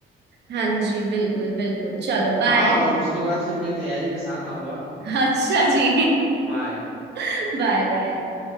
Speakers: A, on the right; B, in the centre.
A: हाँ जी बिल्कुल बिल्कुल चलो बाय
B: हाँ और उसके बाद फिर मैं तैयारी के साथ आऊंगा
A: <laughs> अच्छा जी
B: बाय
A: <laughs> Bye bye